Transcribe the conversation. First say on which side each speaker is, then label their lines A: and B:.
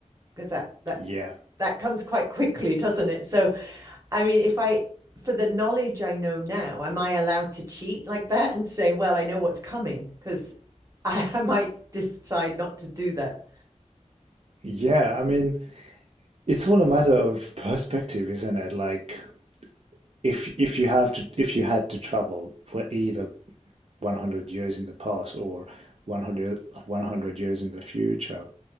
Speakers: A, on the right; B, on the right.
A: because that that
B: yeah
A: that comes quite quickly, doesn't it? So, I mean, if I for the knowledge I know now, am I allowed to cheat like that and say, well, I know what's coming? Because <laughs> I, I might decide not to do that.
B: yeah I mean it's all a matter of perspective isn't it like if if you have to if you had to travel for either 100 years in the past or 100 years in the future